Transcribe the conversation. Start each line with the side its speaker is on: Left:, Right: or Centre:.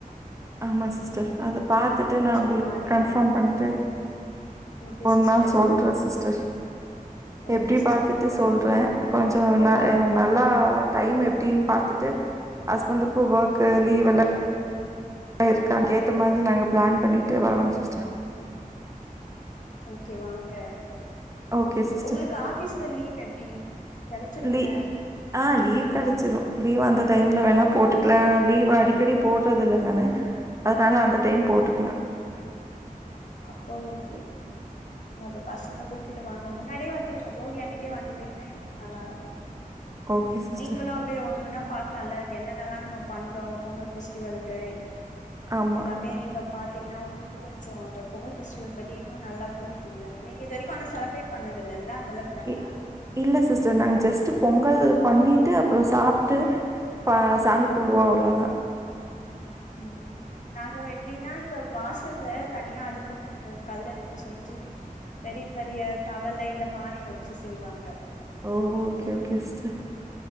Right: ஆமா சிஸ்டர் அத பாத்துட்டு
Left: இன்னு கொஞ்சோ
Right: நா உங்களுக்கு
Left: பாண்டிங்
Right: கன்ஃபார்ம்
Left: நல்லா இருக்கு
Right: பண்ட்டு
Left: ஓகே
Right: ஒரு
Left: சிஸ்டர்
Right: நாள் சொல்றே
Left: நீங்க
Right: சிஸ்டர்
Left: ஓகே
Right: எப்டி
Left: சிஸ்டர்
Right: பாத்துட்டு சொல்றே கொஞ்சொ ந நல்லா டைம் எப்டின் பாத்துட்டு ஹஸ்பண்ட்க்கு ஒர்க் லீவ் எல்லா இருக்கா ஏத்த மாரி நாங்க பிளான் பண்ணிட்டு வரோ சிஸ்டர்
Left: ஓகே வாங்க
Right: ஓகே சிஸ்டர்.
Left: உங்களுக்கு ஆபீஸ்ல லீவ் எப்டி கெடச்சிரூம்ல
Right: லீ ஆ லீவ் கெடைச்சிடு லீவ் அந்த டைம்ல வேணா போட்டுக்கலா லீவ் அடிக்கடி போட்றது இல்ல நானு அதுனால அந்த டைம் போட்டுக்கலா
Left: அப்ப ஓகே அப்ப பசங்கள கூப்டுட்டு வாங்க முன்னாடியே வந்துருக்க போகி அன்னைக்கே வந்துட்டீங்கனா இன்னு நல்லாருக்கு
Right: ஓகே சிஸ்டர்.
Left: நீங்களு அப்டி ஒன்னுன்னா பாத் ட் நல்லா இருக்கு என்னென்னல நம்ம பண்றோ பொங்கல் பெஸ்டிவலுக்கு
Right: ஆமா.
Left: எல்லாமே நீங்க பா பாத்தீங்கன்னா உங்களுக்கு கொஞ்சோ பொங்கல் பெஸ்டிவல் பத்தி இன்னு நல்லா புரியுல்ல நீங்க இது வரைக்கு ஆன செலிப்ரேட் பண்ணதுல்லல்ல அங்கலா கிராண்டா
Right: இ இல்ல சிஸ்டர் நாங்க ஜஸ்ட்டு பொங்கல் பண்ணீட்டு அப்புற சாப்ட்டு ப சாமிக் கும்புடுவோ அவ்வளோதா
Left: ம் நாங்க எப்டின்னா இங்க வாசல்ல தனியா அதுக்குன்னு கல்லடுப்பு செஞ்சு பெரிய பெரிய தவலேல்ல பானையில வச்சு செய்வாங்க
Right: ஓ ஓகே ஓகே சிஸ்டர்